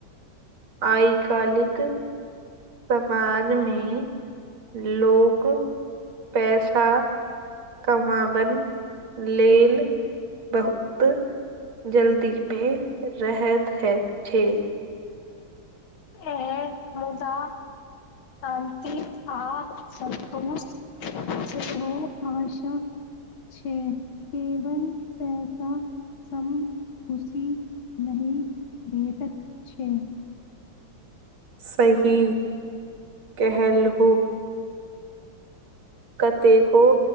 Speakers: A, on the right; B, on the left.
A: आइ कालिक समाजमे लोक पैसा कमाबन लेल बहुत जल्दीमे रहैत ह छै।
B: एहि मुदा शान्ति आ सन्तोष्ट सेहो आवश्यक छै, केवल पैसा सम खुशी नहि भेटत छै।
A: सही केहलु। कतेको